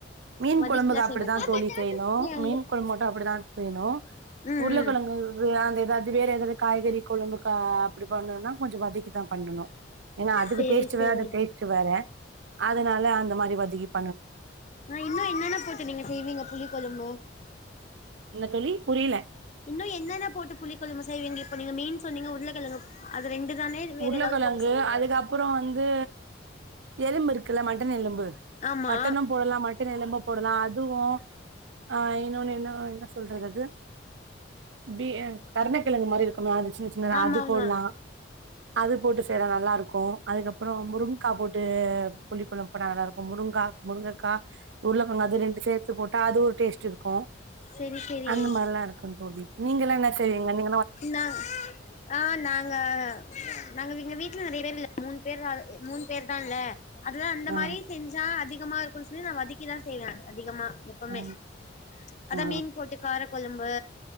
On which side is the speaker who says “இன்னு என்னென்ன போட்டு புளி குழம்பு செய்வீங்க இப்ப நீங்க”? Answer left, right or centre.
Left